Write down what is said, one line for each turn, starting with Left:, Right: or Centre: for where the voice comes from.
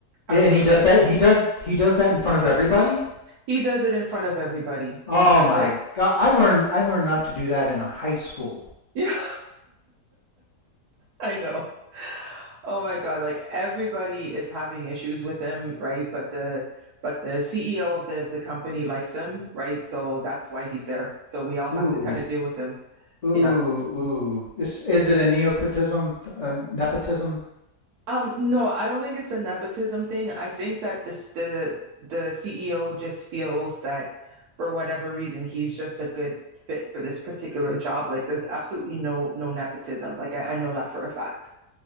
Right: absolutely.
Left: Yeah, And he does that. He does. He does that in front of everybody.
Right: He does it in front of everybody.
Left: Oh
Right: He does
Left: my
Right: it. <laughs>
Left: god! I learned. I learned not to do that in a high school.
Right: Yeah, I know. Oh my God, like everybody is having issues with him, right? But the but the CEO of the the company likes him, right? So that's why he's there. So we all have
Left: Ooh,
Right: to kind of deal with him.
Left: ooh,
Right: Yeah. <laughs>
Left: ooh. Is is it a nepotism? A nepotism?
Right: Um, no, I don't think it's a nepotism thing. I think that this the the CEO just feels that for whatever reason he's just a good fit for this particular job. Like there's absolutely no no nepotism. Like I, I know that for a fact.